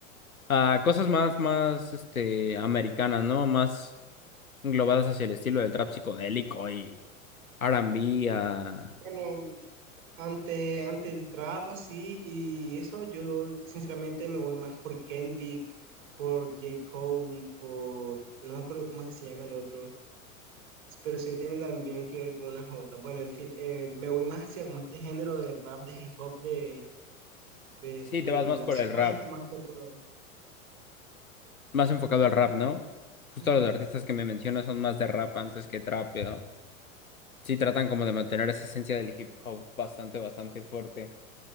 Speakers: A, on the left; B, on the right.
A: ah, cosas más, más, este, americanas, ¿no? Más englobadas hacia el estilo del trap psicodélico y R&B, ah,
B: Bueno, ante, ante el trap así y eso yo sinceramente me voy más por Kendrick, por J. Cole, por, no me acuerdo cómo es que se llama el otro. pero sí que tienen también que ver con una jota. Bueno, en fin, eh, me voy más hacia como este género de rap, de hip hop, de, de,
A: sí,
B: de
A: te vas más
B: la
A: por
B: zona
A: el rap,
B: este más que todo.
A: más enfocado al rap, ¿no? Justo
B: Ujú.
A: los artistas que me mencionas son más de rap antes que trap, ¿no? Sí, tratan como de mantener esa esencia del hip hop bastante, bastante fuerte.